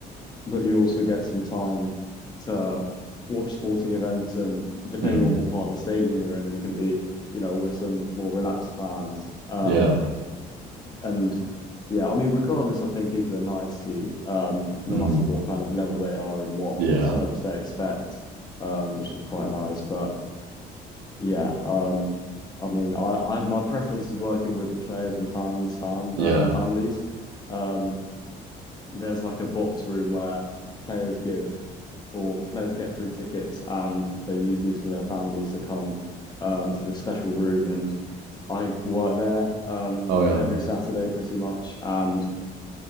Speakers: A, on the left; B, on the right.
A: but you also get some time to watch sporting events and depending
B: Mm,
A: on what part of the stadium you're in you can be you know with some more relaxed fans um
B: yeah.
A: and yeah I mean regardless I think people are nice to you um no
B: Mm,
A: matter what kind of level they are and what
B: yeah.
A: service they expect um which is quite nice but yeah um I mean I I my preference is working with the players and fans fan
B: Yeah.
A: uh, families um there's like a box room where players give or players get free tickets and they use these for their families to come um to this special room and I work there um
B: Oh yeah.
A: every Saturday pretty much and